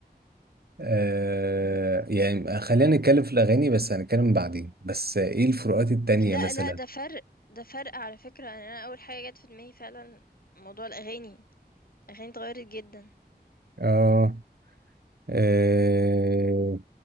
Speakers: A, on the right; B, on the left.
A: آه، يعني خلينا نتكلم في الاغاني بس هنتكلم بعدين بس ايه الفروقات التانية
B: لا
A: مثلا
B: لا ده فرق ده فرق على فكرة انا أنا اول حاجة جت في دماغي فعلا موضوع الاغاني الاغاني اتغيرت جدا
A: اه أه